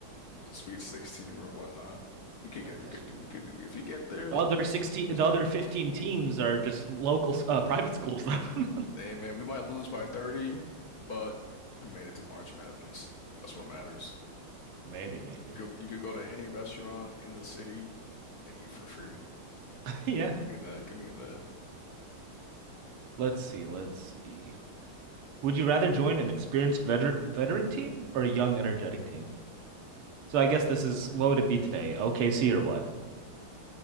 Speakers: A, on the left (about 60°); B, on the right (about 85°).
A: Sweet 16 or whatnot. We could
B: The
A: get, we could do, we could do. If we get there,
B: other 16
A: that's
B: the
A: good
B: other
A: enough.
B: 15 teams are just local s- uh, private schools though. <laughs>
A: Hey man, we might lose by 30, but we made it to March Madness. That's what matters.
B: Maybe, maybe.
A: You could you could go to any restaurant in the city and eat for free.
B: <laughs> Yeah.
A: Give me that. Give me that.
B: Let's see, let's see. Would you rather join an experienced veter veteran team or a young energetic team? So I guess this is what would it be today? OKC or what?